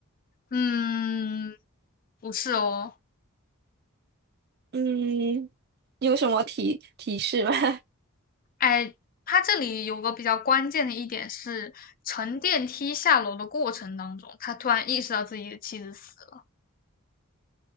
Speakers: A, on the left (about 40°); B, on the right (about 50°).
A: 嗯，不是哦。
B: 嗯，有什么提提示吗？<laughs>
A: 哎，它这里有个比较关键的一点是，乘电梯下楼的过程当中，他突然意识到自己的妻子死了。